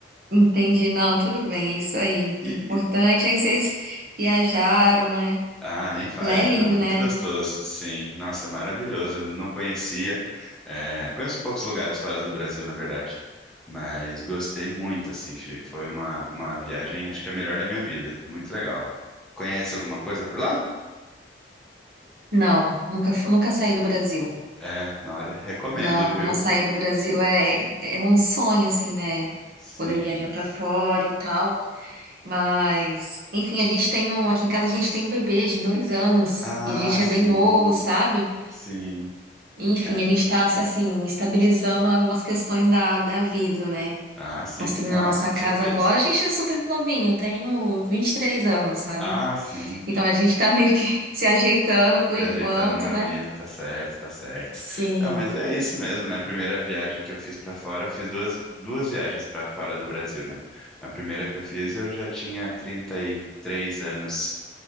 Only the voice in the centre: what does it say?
E-
e-
ah, nem falha,
não, muito
gostoso, sim. Nossa, maravilhoso. Não conhecia. É, conheço poucos lugares fora do Brasil, na verdade, mas gostei muito, assim. fi- Foi uma, uma viagem, acho que a melhor da minha vida. Muito legal. Conhece alguma coisa por lá?
É, não, olha, recomendo,
viu?
Sim.
Ah,
sim.
Sim.
É,
ah, sim.
Não,
é com
certeza.
Ah, sim.
Se
ajeitando na
vida, tá certo, tá certo.
Não, mas é isso mesmo, né? A primeira viagem que eu fiz pra fora, eu fiz duas, duas viagens pra fora do Brasil, né? A primeira que eu fiz, eu já tinha 33 anos.